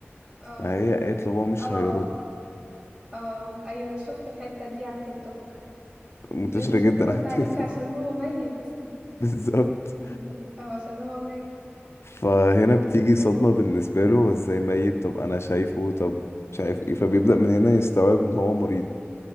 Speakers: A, on the right; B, on the left.
A: اه
B: فهي قالت له هو مش
A: اه
B: هيرد
A: اه ايوه انا شفت الحته دي على التيك توك
B: منتشرة
A: دي مش
B: جدا
A: هترد
B: على التيك
A: عليك
B: توك
A: عشان هو ميت
B: <laughs> بالظبط
A: <laughs> او عشان هو مات
B: فهنا
A: مم.
B: بتيجي صدمة بالنسبة له هو ازاي ميت طب انا شايفه طب مش عارف ايه فبيبدأ من هنا يستوعب ان هو مريض